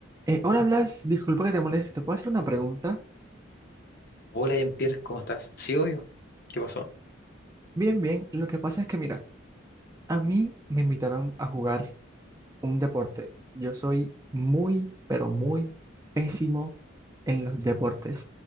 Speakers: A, on the right (about 15°); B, on the left (about 50°).
A: Eh, hola Blas, disculpa que te moleste, ¿te puedo hacer una pregunta?
B: Hola, Jean-Pierre, ¿cómo estás? Sí, obvio. ¿Qué pasó?
A: Bien, bien, lo que pasa es que mira, a mí me invitaron a jugar un deporte. Yo soy muy, pero muy pésimo en los deportes.